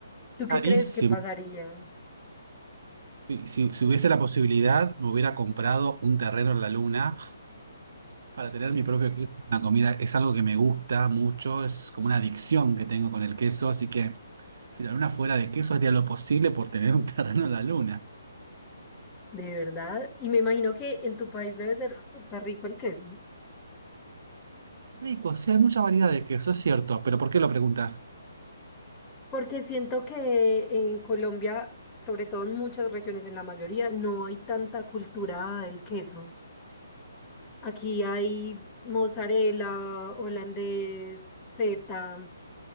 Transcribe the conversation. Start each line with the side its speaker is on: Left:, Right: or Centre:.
Left: ¿Tú
Right: Carísimo.
Left: qué crees que pasaría
Right: Si, si- si hubiese la posibilidad, me hubiera comprado un terreno en la luna para tener mi propio queso. Es Una comida es algo que me gusta mucho, es como una adicción que tengo con el queso, así que si la luna fuera de queso, haría lo posible por tener un <laughs> terreno en la luna.
Left: de verdad? Y me imagino que en tu país debe ser súper rico el queso.
Right: Rico, sí hay mucha variedad de queso, es cierto, pero ¿por qué lo preguntas?
Left: Porque siento que en Colombia, sobre todo en muchas regiones, en la mayoría, no hay tanta cultura del queso. Aquí hay mozzarella, holandés, feta,